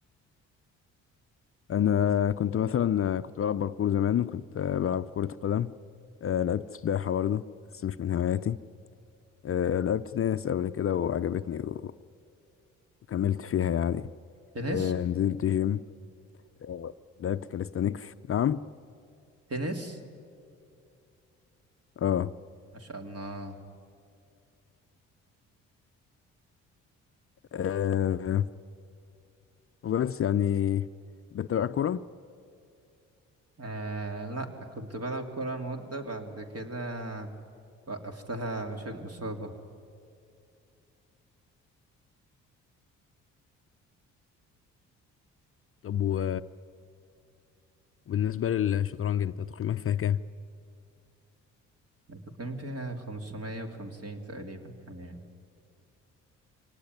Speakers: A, on the left; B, on the right.
A: انا كنت مثلا كنت بلعب باركور زمان وكنت بلعب كره قدم آه، لعبت سباحه برضو بس مش من هواياتي آه، لعبت تنس قبل كده وعجبتني و- وكملت فيها يعني
B: تنس
A: آه، نزلت جيم آه، لعبت كاليستانيكس نعم
B: تنس
A: اه
B: ما شاء الله
A: آه، وبس يعني بتابع كوره
B: آه لا كنت بلعب كورة مدة بعد كده وقفتها عشان إصابة
A: طب و... وبالنسبة للشطرنج انت تقييمك فيها كام؟
B: التقييم فيها 550 تقريبا حاليا